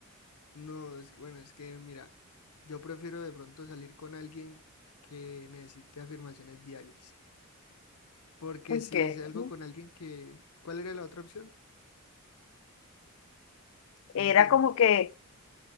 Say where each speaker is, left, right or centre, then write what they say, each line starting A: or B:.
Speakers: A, on the left; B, on the left.
A: no, es que, bueno, es que mira, yo prefiero de pronto salir con alguien que necesite afirmaciones diarias. Porque
B: Uy,
A: si
B: qué
A: salgo con alguien que, ¿cuál era la otra opción? Alguien
B: era
A: que no.
B: como que,